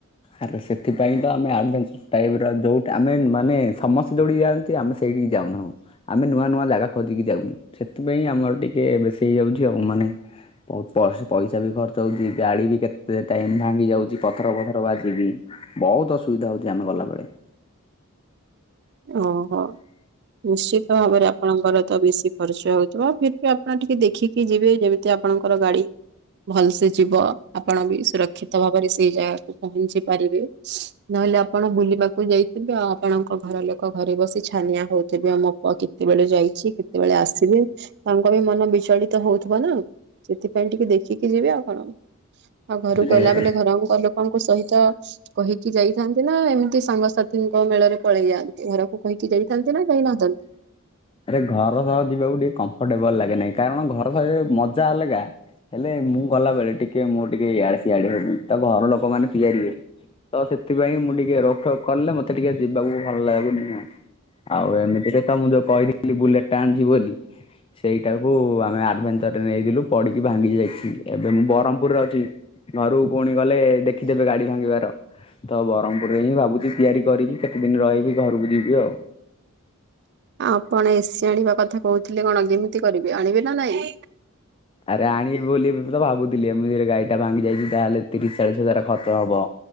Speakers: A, on the left; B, on the right.
A: ଆରେ ସେଥିପାଇଁ ତ ଆମେ ଆଡ଼େନସୁ। ଟାଇପ ର ଯୋଉି ଆମେ ମାନେ ସମସ୍ତେ ଯୋଉଠିକି ଯାଆନ୍ତି ଆମେ ସେଇଠିକି ଯାଉନାହୁଁ ଆମେ ନୂଆ ନୂଆ ଜାଗା ଖୋଜିକି ଯାଉଛୁ ସେଥିପାଇଁ ଆମର ଟିକେ ବେଶୀ ହେଇଯାଉଛି ଆଉ ମାନେ ବହୁତ ପଇସା ବି ଖର୍ଚ ହଉଛି ଗାଡି ବି କେତେ ଟାଇମ ଭାଙ୍ଗି ଯାଉଛି ପଥର ପଥର। ତରଳ ଯିବି ବହୁତ ଅସୁବିଧା ହଉଛି ଆମେ ଗଲାବେେଳେ
B: ଓହୋ ନିଶ୍ଚିତ ଭାବରେ ଆପଣଙ୍କର ତ ବେଶି ଖର୍ଚ୍ଚ ହଉଥିବ ଆପଣ ଟିକେ ଦେଖିକି ଯିବେ ଯେମିତି ଆପଣଙ୍କର ଗାଡି ଭଲସେ ଯିବ ଆପଣ ବି ସୁରକ୍ଷିତ ଭାବରେ ସେଇ ଜାଗାକୁ ପହଞ୍ଚି ପାରିବେ। ନହେଲେ ଆପଣ ବୁଲିବାକୁ ଯାଇଥିବେ ଆଉ ଆପଣଙ୍କ ଘର ଲୋକ ଘରେ ବସି ଛାନିଆ ହଉ ବେ ଆମପ କେତେବେଳେ ଯାଇଛି କେତେବେଳେ ଆସିବେ ତାଙ୍କ ବି ମନ ବିଚଳିତ ହଉଥିବ ନା। ସେଥିପାଇଁ ଟିକେ ଦେଖିକି ଯିବି ଆଉ କଣ ଆଉ ଘରକୁ
A: ରେ
B: ଗଲା ବଲେ ଘର କ ପଙ୍କ ସହିତ କହିକି ଯାଇଥାନ୍ତି ନା ଏମିତି ସାଙ୍ଗସାଥିଙ୍କ ମେଳରେ ପଳେଇ ଯାଆନ୍ତି ଘର କହିକି ଯାଇଥାନ୍ତି ନା ଯାଇ ନଥାନ୍ତନ୍ତି
A: ଆରେ ଘର ସହ ଯିବାକୁ ଟିକେ କମ୍ଫର୍ଟେବଲ ଲାଗେନହିଁ। କାରଣ ଘର ସହ ଯ ମଜା ଅଲଗା। ହେଲେ ମୁଁ ଗଲାବେେଳେ ଟିକେ ମୁଁ ଟିକେ ଇଆଡେ ସିଆଡେ ହବି ତା ଘର ଲୋକମାନେ ତ ସେଥିପାଇଁ ମୁଁ ଟିକେ ରୋକଠୋକ କଲେ ମତେ ଟିକେ ଯିବାକୁ ଭଲ ଲାଗୁନି ଆଉ। ଆଉ ଏମିତିରେ ତ ମୁଁ ଯୋଉ କହିଥିଲି ବୁଲେଟ ଟା ଆଣିଛି ବୋଲି। ସେଇଟାକୁ ଆମେ ଆଡଭେଞ୍ଚର ନେଇଲୁ ପଡିକି ଭାଙ୍ଗି ଯାଇଛି ଏବେ ମୁଁ ବ୍ରହ୍ମପୁରରେ ଅଛି। ଘରୁକୁ ପୁଣି ଗଲେ ଦେଖିଦେବେ ଗାଡି ଭାଙ୍ଗିବାର। ତ ବ୍ରହ୍ମପୁରରେ ହିଁ ଭାବୁଛି ତିଆରି କରିକି କେତେ ଦିନ ରହିବି ଘରକୁ ଯିବି ଆଉ।
B: ଆପଣ ଏସି ଆଣିବା କଥା କହୁଥିଲେ କଣ କେମିତି କରିବେ ଆଣିବେ ନା ନାଇଁ?
A: ଆରେ ଆଣିବି ବୋଲି ଏ ତ ଭାବୁଥିଲି ମୁ ଗାଡ଼ି ଟା ଭଙ୍ଗି ଯାଇଛି ତାହେଲେ ତିରିଶ ଚାଳିଶ ହଜାର ଖର୍ଚ୍ଚ ହବ।